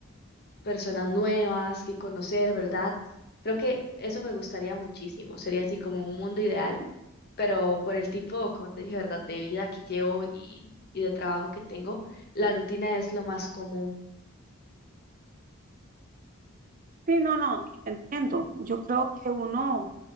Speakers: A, on the left; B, on the right.
A: personas nuevas que conocer, ¿verdad? Creo que eso me gustaría muchísimo. Sería así como un mundo ideal, pero por el tipo, como te dije, ¿verdad? De vida que llevo y, y de trabajo que tengo, la rutina es lo más común
B: Sí, no, no, y te entiendo. Yo creo que uno